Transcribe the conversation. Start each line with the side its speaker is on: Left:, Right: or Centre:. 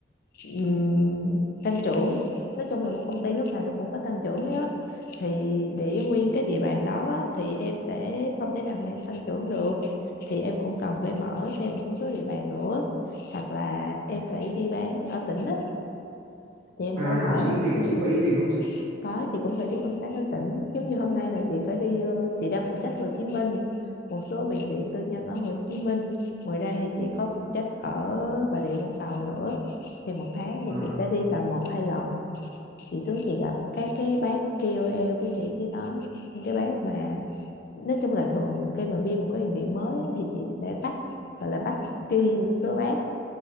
Left: ừm, tăng trưởng nói chung là một công ty lúc nào nó cũng có tăng trưởng ấy á. Thì để nguyên cái địa bàn đó á, thì em sẽ không thể nào mà em tăng trưởng được thì em cũng cần phải mở thêm một số địa bàn nữa hoặc là em phải đi bán ở tỉnh á, thì em
Right: À
Left: phải mở
Right: chị
Left: ra
Right: đi
Left: một
Right: tỉnh,
Left: số
Right: chị
Left: địa
Right: cũng
Left: bàn
Right: phải đi tỉnh không chị?
Left: có, chị cũng phải đi công tác ở tỉnh. Giống như hôm nay là chị phải đi, ờ, chị đang phụ trách Hồ Chí Minh, một số bệnh viện tư nhân ở Hồ Chí Minh. Ngoài ra thì chị có phụ trách ở Bà Rịa Vũng Tàu nữa. Thì một tháng thì
Right: À
Left: chị sẽ đi tầm một hai lần. Chị xuống chị gặp các cái bác KOL của chị với đó. Những cái bác mà nói chung là thường khi mà đi một cái bệnh viện mới á, thì chị sẽ bắt gọi là bắt kỳ một số bác